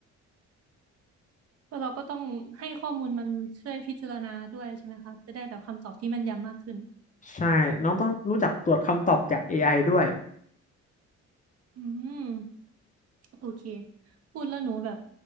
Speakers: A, on the right; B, on the left.
A: แล้วเราก็ต้องให้ข้อมูลมันช่วยพิจารณาด้วยใช่ไหมคะจะได้แบบคำตอบที่แม่นยำมากขึ้น
B: ใช่น้องต้องรู้จักตรวจคำตอบจากเอไอด้วย
A: อืมโอเคพูดแล้วหนูแบบ